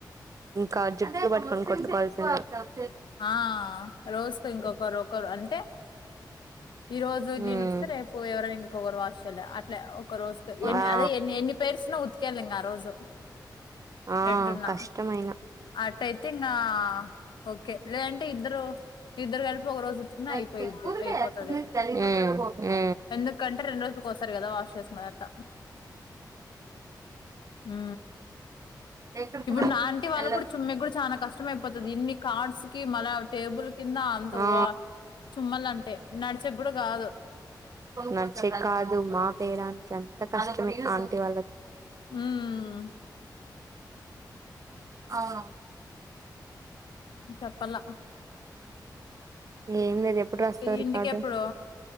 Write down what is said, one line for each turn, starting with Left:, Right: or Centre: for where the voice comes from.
Right: కాదు జుట్టు వట్టుకొని ఇస్తారు
Left: ఆ రోజుకో ఇంకొకరు ఒకరు అంటే ఈ రోజు
Right: ఉమ్
Left: నేను ఉతుకుతే రేపు ఎవరైనా ఇంకొకరు వాష్ చేయాలె అట్లా ఒక రోజుకి ఎన్ని
Right: ఆ
Left: అదే ఎన్ని ఎన్ని పే పేరుసిన ఉతికేయాలి లింగా ఆ రోజు
Right: ఆ
Left: ఎట్టున్న
Right: కష్టమైన
Left: అట్టై తిన్న ఓకే లేదంటే ఇద్దరు ఇద్దరు కలిపి ఒక రోజు ఉతికిన
Right: నచ్చింది
Left: అయిపోయిది
Right: ఊరికే
Left: అయిపోతది
Right: ఎక్కడి నుంచి తెలియకుండా పోతున్నాం
Left: ఎందుకంటే రెండు రోజులు కోసారు కదా వాష్ చేసుకున్నది అట్ట ఉ
Right: ఎక్కడికి
Left: ఇప్పుడు నా ఆంటీ వాళ్ళ
Right: వెళ్ళచ్చు
Left: కూడా చుమ్మ కూడా చాలా కష్టం అయిపోతది ఇన్ని ఆర్ట్స్ కి మళ టేబుల్ కింద అంత
Right: ఆ
Left: ఓ చుమ్మల అంటే నడిచెకి కూడా కాదు
Right: నడిచేకి కాదు మా పేరానికి అంత కష్టం ఆంటీ వాళ్ళకి
Left: హ్మ్
Right: అవును
Left: చెప్పలా
Right: ఏం లేదు ఎప్పుడు రాస్తావు రికార్డు
Left: ఇంటికెప్పుడు